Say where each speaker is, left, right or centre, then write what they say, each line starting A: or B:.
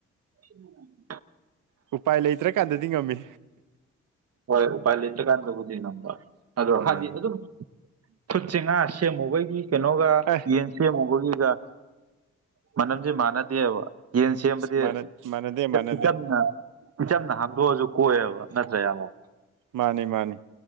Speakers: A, on the right; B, on the right.
A: <unintelligible>
B: ꯎꯄꯥꯏ ꯂꯩꯇ꯭ꯔꯀꯥꯟꯗꯗꯤ ꯉꯝꯃꯤ
A: ꯍꯣꯏ ꯎꯄꯥꯏ ꯂꯩꯇ꯭ꯔꯀꯥꯟꯗꯕꯨꯗꯤ ꯉꯝꯕ ꯑꯗꯣ
B: ꯎꯝ
A: ꯍꯥꯏꯗꯤ ꯑꯗꯨꯝ ꯈꯨꯠꯁꯦ ꯉꯥ ꯁꯦꯝꯃꯨꯕꯒꯤ ꯀꯩꯅꯣꯒ
B: ꯑꯦ
A: ꯌꯦꯟ ꯁꯦꯝꯃꯨꯕꯒꯤꯗ ꯃꯅꯝꯁꯦ ꯃꯥꯟꯅꯗꯦꯕ ꯌꯦꯟ ꯁꯦꯝꯕꯗꯤ
B: ꯃꯥꯟꯅ ꯃꯥꯟꯅꯗꯦ ꯃꯥꯟꯅꯗꯦ
A: ꯏꯆꯝꯅ ꯏꯆꯝꯅ ꯍꯥꯝꯗꯣꯛ ꯑꯁꯨ ꯀꯣꯛꯑꯦꯕ ꯅꯠꯇ꯭ꯔꯥ ꯏꯌꯥꯝꯕ
B: ꯃꯥꯅꯦ ꯃꯥꯅꯤ